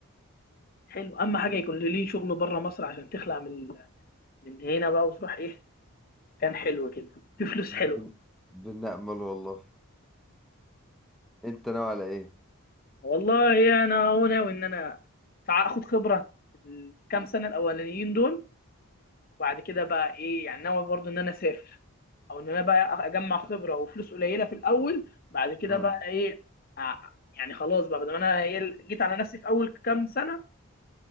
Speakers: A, on the left (about 40°); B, in the centre.
A: حلو اما حاجه يكون ليه شغل بره مصر عشان تخلع من من هنا بقى وتروح ايه كان حلو كده في فلوس حلوه
B: بن- بنأمل والله انت ناوي على ايه
A: والله انا هو ناوي ان انا اخد خبره الكام سنه الاولانيين دول وبعد كده بقى ايه يعني ناوي برضو ان انا اسافر او ان انا بقى اجمع خبره وفلوس قليله في الاول بعد كده
B: مم.
A: بقى ايه ع- يعني خلاص بقى بدل ما انا إيه جيت على نفسي في اول كام سنه